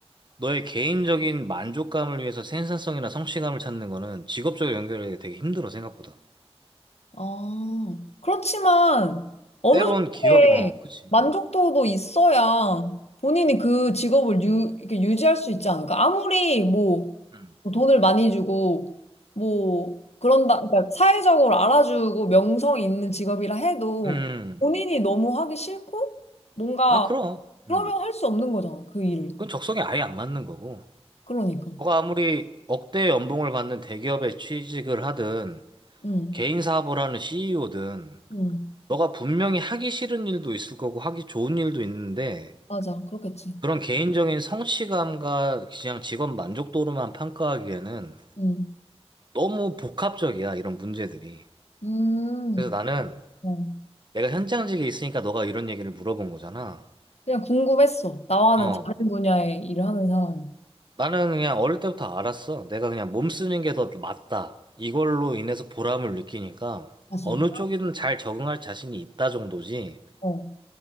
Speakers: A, on the right; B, on the left.
A: 너의 개인적인 만족감을 위해서 생산성이나 성취감을 찾는 거는 직업적으로 연결이 되게 힘들어, 생각보다.
B: 아, 그렇지만 어느
A: 때론
B: 정도의
A: 기업, 어, 그치,
B: 만족도도
A: 어.
B: 있어야 본인이 그 직업을 유, 이렇게 유지할 수 있지 않을까? 아무리 뭐
A: 음.
B: 돈을 많이 주고 뭐 그런다, 그러니까 사회적으로 알아주고 명성이 있는 직업이라 해도
A: 음.
B: 본인이 너무 하기 싫고 뭔가
A: 아, 그럼.
B: 그러면
A: 음.
B: 할 수 없는 거잖아, 그 일을.
A: 그건 적성에 아예 안 맞는 거고.
B: 그러니까.
A: 너가 아무리 억대 연봉을 받는 대기업에 취직을 하든,
B: 응,
A: 개인 사업을 하는 CEO든,
B: 응,
A: 너가 분명히 하기 싫은 일도 있을 거고, 하기 좋은 일도 있는데,
B: 맞아, 그렇겠지.
A: 그런 개인적인 성취감과 그냥 직업 만족도로만 평가하기에는
B: 응,
A: 너무 복합적이야, 이런 문제들이.
B: 음,
A: 그래서 나는
B: 어.
A: 내가 현장직에 있으니까 너가 이런 얘기를 물어본 거잖아.
B: 그냥 궁금했어. 나와는
A: 어.
B: 다른 분야의 일을 하는 사람이.
A: 나는 그냥 어릴 때부터 알았어. 내가 그냥 몸 쓰는 게 더 맞다. 이걸로 인해서 보람을 느끼니까
B: 아, 진짜?
A: 어느 쪽이든 잘 적응할 자신이 있다 정도지.
B: 어.